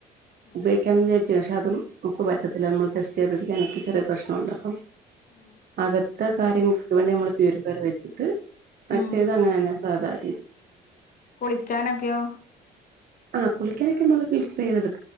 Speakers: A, on the left (about 50°); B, on the right (about 55°).
A: ഉം
B: ഉപയോഗിക്കാൻ <unintelligible> അത്യാവശ്യം അതും നമുക്ക് പറ്റത്തില്ല നമ്മള് ടെസ്റ്റ് ചെയ്ത് പിടിക്കാനൊക്കെ ചെറിയ പ്രശ്നുണ്ട് അപ്പം
A: ഉം
B: അക ഇത്ര കാര്യങ്ങൾക്ക് വേണ്ടി നമ്മള് പ്യൂരിഫയർ വെച്ചിട്ട് മറ്റേത്
A: ഉം
B: അങ്ങനേയന്നെ അതായി
A: കുളിക്കാനൊക്കെയോ?
B: ആ കുളിക്കാനൊക്കെ നമ്മള് ഫിൽറ്ററീന്ന് എടു